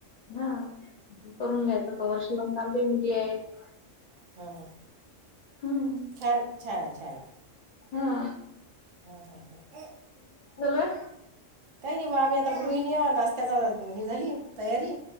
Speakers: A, on the left (about 85°); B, on the right (about 50°).
A: हा करून घ्यायचं कवर शिवनला आमचे मुली आहेत.
B: ह ह
A: हं.
B: छान छान आहे छान आहे.
A: हा.
B: ह हा ह
A: आहे?
B: काही नाही बा आम्ही आता गृहिणी नाशत्याचा हे झाली तयारी